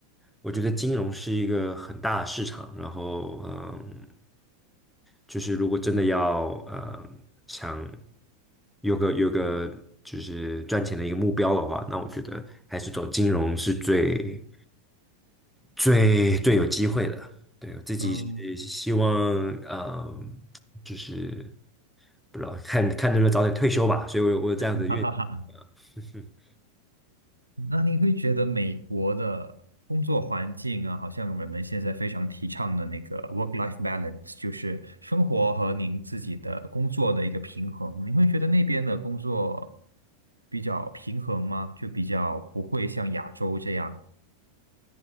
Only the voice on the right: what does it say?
对。
嗯。
<laughs> 哈哈哈，
那你会觉得美国的工作环境啊，好像人们现在非常提倡的那个 work-life balance，就是生活和您自己的工作的一个平衡。你会觉得那边的工作比较平衡吗？就比较不会像亚洲这样。